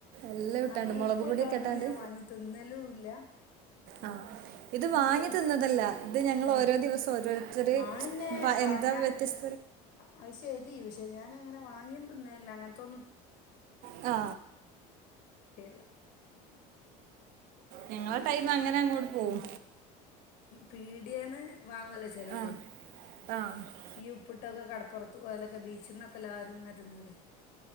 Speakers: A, on the right; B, on the left.
A: എല്ലാം
B: ഉം
A: ഇട്ടാണ്ട്
B: അങ്ങനെ
A: മുളക്
B: ഉപ്പ്
A: പൊടിയൊക്കെ
B: ഇട്ടതൊന്നും
A: ഇട്ടാണ്ട്
B: ഞാൻ വാങ്ങി തിന്നലും ഇല്ല
A: ആ ഇത്
B: അങ്ങനത്തെ
A: വാങ്ങി തിന്നതല്ല ഇത് ഞങ്ങൾ
B: ആഹ്
A: ഓരോ ദിവസം ഓരോരുത്തർ
B: ആന്നെ വാ
A: എന്താ
B: ഞാ
A: വ്യത്യസ്
B: അത് ശരി പക്ഷെ ഞാന അങ്ങനെ വാങ്ങി തിന്നല്ല അങ്ങനത്തെന്നും
A: ആ
B: അല്ല
A: ഞങ്ങള ടൈമ അങ്ങനെ അങ്ങോട്ട് പോവും
B: പീടിയന്ന് വാങ്ങല്ലേ ചെലവല്
A: ആ ആ ആ
B: ഈ ഉപ്പിട്ടൊക്കെ <unintelligible> പുറത്ത് പോയലൊക്കെ ബീച്ച്ന്നൊക്കെ <unintelligible> തിന്നൂല്ലേ